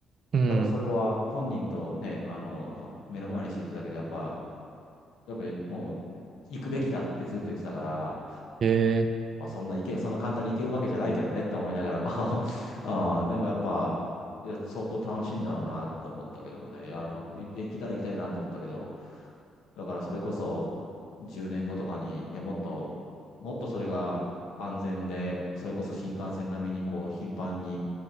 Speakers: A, on the right; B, on the left.
A: うん。
B: やっぱそれは本人とね、あの、は目の前にして言ってただけで、やっぱ、やっぱりもう、行くべきだってずっと言ってたから、
A: えー
B: まあ、そんないけ、そんな簡単に行けるわけじゃないけどねって思いながらも <laughs> あー、でもやっぱ、いや相当楽しいんだろうなと思ったけどもね、いや、あの、い行けたら行きたいなと思ったけど、だからそれこそ10年後とかに、ね、もっと、もっとそれが安全で、それこそ新幹線並みにこう頻繁に